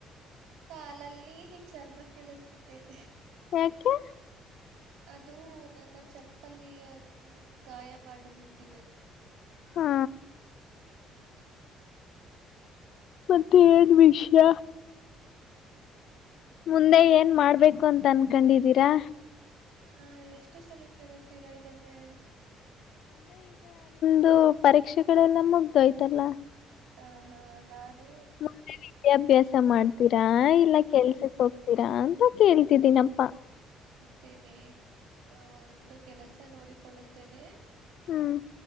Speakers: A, on the right; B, on the left.
A: ಕಾಲಲ್ಲಿ ಚರ್ಮ ಕೀಳುತ್ತಿದ್ದೇನೆ.
B: ಯಾಕೆ
A: ಅದು ನನ್ನ ಚಪ್ಪಲಿಯದು ಗಾಯ ಮಾಡುಬಿಟ್ಟಿದೆ.
B: ಹಾ
A: <inaudible>
B: ಮತ್ತ್ ಏನ್ ವಿಷಯ.
A: ಹೇಳಬೇಕು.
B: ಮುಂದೆ ಏನ್ ಮಾಡ್ಬೇಕು ಅಂತ ಅನ್ಕೊಂಡಿದೀರಾ.
A: ಹ ಎಷ್ಟು ಸಲಿ ಕೇಳುತ್ತೀರಾ ಇದನ್ನೇ.
B: ಅದು ಪರೀಕ್ಷೆಗಳೆಲ್ಲ ಮುಗ್ದ ಹೋಯಿತಲ್ಲ.
A: ಆ ಹಾ ನಾನು
B: ಮತ್ತೆ ವಿದ್ಯಾಭ್ಯಾಸ ಮಾಡ್ತೀರಾ
A: ವಿದ್ಯಾಭ್ಯಾಸ
B: ಇಲ್ಲ ಕೆಲ್ಸಕ್ ಹೋಗ್ತೀರಾ ಅಂತ ಕೇಳಿದಿದ್ದೀನಪ್ಪಾ.
A: ತೆವೆ ಒ ಒಂದು ಕೆಲಸ ನೋಡಿಕೊಳ್ಳುತ್ತೇನೆ.
B: ಹ್ಮ್